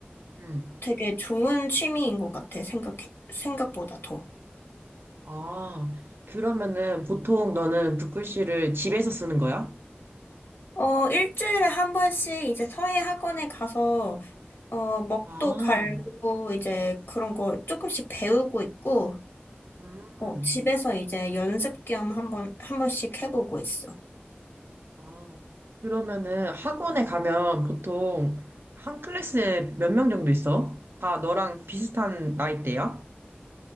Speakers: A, on the right (about 65°); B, on the left (about 70°).
A: 응.
B: 되게 좋은 취미인 것 같아, 생각, 생각보다 더.
A: 아, 그러면은 보통 너는 붓글씨를 집에서 쓰는 거야?
B: 어, 일주일에 한 번씩 이제 서예 학원에 가서, 어, 먹도
A: 아,
B: 갈고 이제 그런 거 조금씩 배우고 있고,
A: 음.
B: 어, 집에서 이제 연습 겸 한번, 한 번씩 해보고 있어.
A: 아, 그러면은 학원에 가면 보통 한 클래스에 몇 명 정도 있어? 다 너랑 비슷한 나이대야?